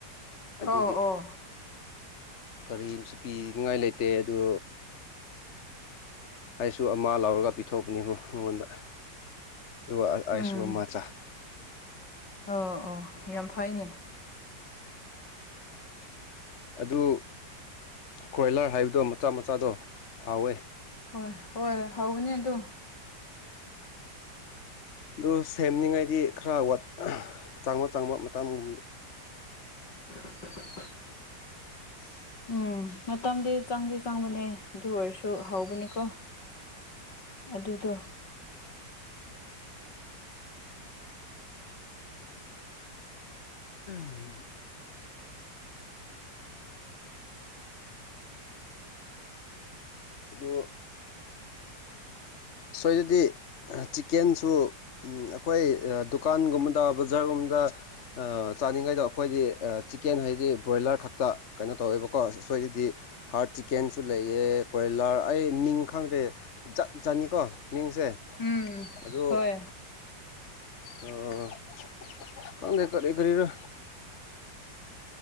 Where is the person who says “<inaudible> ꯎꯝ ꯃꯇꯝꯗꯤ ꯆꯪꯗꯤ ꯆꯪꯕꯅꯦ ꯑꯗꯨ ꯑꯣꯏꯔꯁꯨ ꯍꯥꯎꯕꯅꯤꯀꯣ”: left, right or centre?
Left